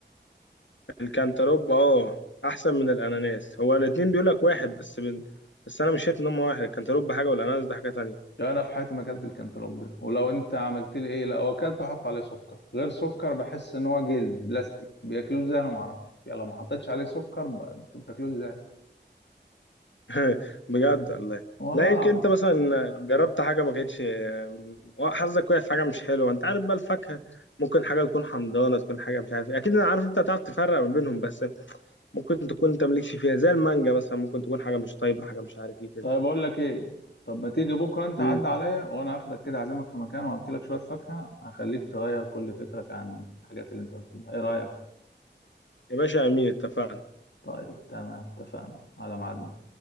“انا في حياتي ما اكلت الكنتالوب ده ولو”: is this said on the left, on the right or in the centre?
Left